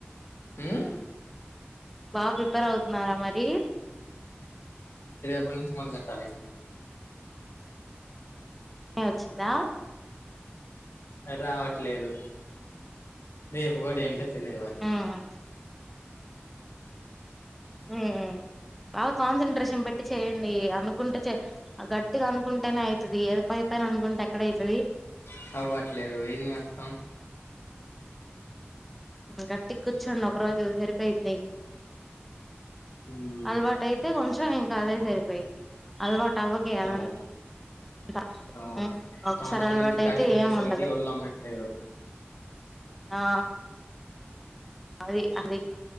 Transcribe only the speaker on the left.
ఉమ్
రేపనుంది మొదలెట్టాలి
రావట్లేదు రేపు కూడా ఏంటో తెలియదు మరి
చవ్వట్లేదు ఏన్ని చేస్తాం
ఉమ్
అవును
అవును
సంవత్సరం
నుంచి
ఖాళీగా ఉండేసరికి
ఒళ్ళు వంగట్లేదు